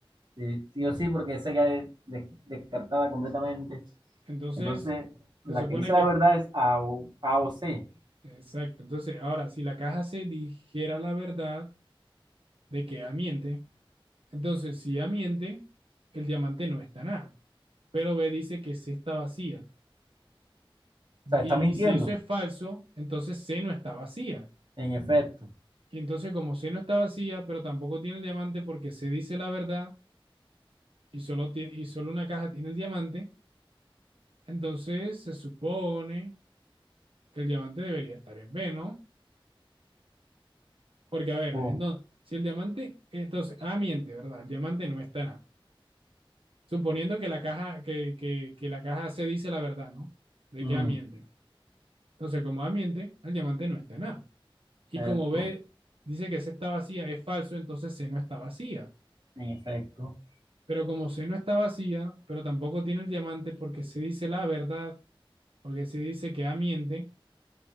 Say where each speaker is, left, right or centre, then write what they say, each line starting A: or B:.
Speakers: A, on the right (about 50°); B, on the right (about 75°).
A: Sí, sí o sí, porque C ya es des- descartada completamente.
B: Entonces,
A: Entonces, la
B: se supone
A: que dice
B: que
A: la verdad es A o, A o C.
B: Exacto. Entonces, ahora, si la caja se dijera la verdad, de que Amiente. Entonces, si Amiente, el diamante no está nada. Pero B dice que C está vacía. Y,
A: O sea, está mintiendo,
B: y si eso es falso, entonces C no está vacía.
A: en efecto.
B: Y entonces, como C no está vacía, pero tampoco tiene el diamante porque C dice la verdad y solo, tiene, y solo una caja tiene el diamante, entonces se supone que el diamante debería estar en B, ¿no? Porque, a ver,
A: O,
B: entonces, si el diamante, entonces, A miente, ¿verdad? El diamante no está en A. Suponiendo que la caja, que, que, que la caja C dice la verdad, ¿no? De
A: ujú,
B: que A miente. Entonces, como A miente, el diamante no está en A. Y
A: exacto,
B: como B dice que C está vacía, es falso, entonces C no está vacía.
A: en efecto.
B: Pero como C no está vacía, pero tampoco tiene el diamante porque se dice la verdad, porque se dice que A miente